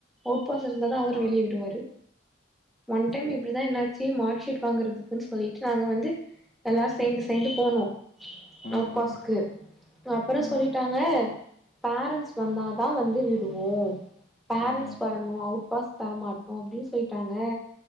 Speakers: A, in the centre; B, on the left.
A: அவுட் பாஸ் இருந்தா தா அவரு
B: ஆ
A: வெளியே விடுவாரு ஒன் டைம்
B: ஓ
A: இப்டிதா என்னாச்சி மார்க்சீட் வாங்குறதுக்குன் சொல்லிட்டு நாங்க வந்து எல்லாரு சேர்ந்து
B: ம்
A: சேர்ந்து போனு
B: ம்
A: அவுட்
B: ம்
A: பாஸ்கு அப்பறோ
B: ம்
A: சொல்லிட்டாங்க பேரண்ட்ஸ் வந்தாதா வந்து விடுவோ பேரண்ட்ஸ்
B: ம்
A: வரணு அவுட் பாஸ் தரமாட்டோ அப்டின் சொல்லிட்டாங்க